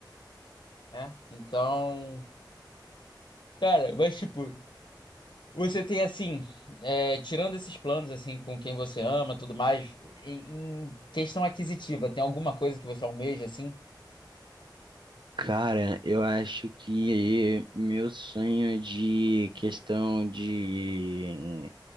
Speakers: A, on the left; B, on the right.
A: né? Então, cara, mas tipo, você tem assim, é, tirando esses planos assim com quem você ama, tudo mais, em, em questão aquisitiva, tem alguma coisa que você almeja assim?
B: Cara, eu acho que meu sonho de questão de